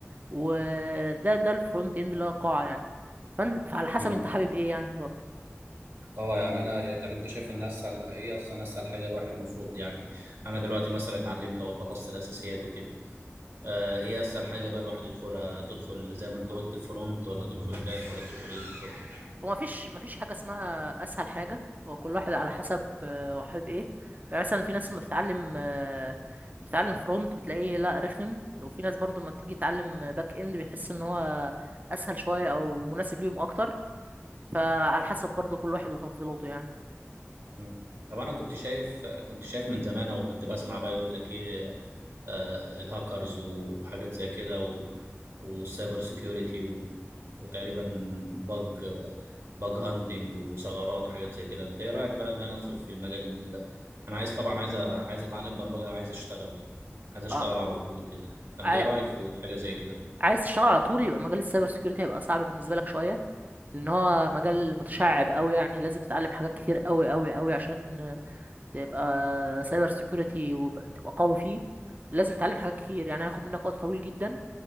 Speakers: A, on the right; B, on the right.
A: وده ده الفرونت اند اللي هو قاعه يعني فن- فعلى حسب
B: مم.
A: انت حابب ايه يعني برضه
B: اه يعني انا طب انت شايف ان اسهل ايه اصلا اسهل حاجه الواحد المفروض يعني انا دلوقتي مثلا اتعلمت او خلصت الاساسيات وكده آه ايه اسهل حاجه بقى الواحد يدخلها تدخل زي ما انت قلت فرونت ولا تدخل باك ولا تدخل ايه بالظبط
A: هو مفيش مفيش حاجة اسمها أسهل حاجة هو كل واحد على حسب آه، هو حابب ايه يعني مثلا في ناس لما بتتعلم آه، بتتعلم فرونت بتلاقيه لا رخم وفي ناس برضو لما بتيجي تتعلم باك اند بيحس ان هو أسهل شوية أو مناسب ليهم أكتر فعلى حسب برضو كل واحد وتفضيلاته يعني
B: مم. طب انا كنت شايف كنت شايف من زمان او كنت بسمع بقى يقول لك ايه آه الهاكرز وحاجات زي كده و- والسايبر سيكيورتي و- وتقريبا باج باج هانتنج وثغرات وحاجات زي كده انت ايه رايك بقى ان انا ادخل في المجال ده انا عايز طبعا عايز أ- عايز اتعلم برمجه عايز اشتغل عايز اشتغل
A: آه،
B: على طول كده فانت
A: عاي-
B: ايه رايك في حاجه زي كده
A: عايز تشتغل على طول يبقى مجال السايبر سيكيورتي هيبقى صعب بالنسبة لك شوية لأن هو مجال متشعب أوي يعني لازم تتعلم حاجات كتير أوي أوي أوي عشان تبقى سايبر سيكيورتي وتبقى قوي فيه لازم تتعلم حاجات كتير يعني هياخد منك وقت طويل جدا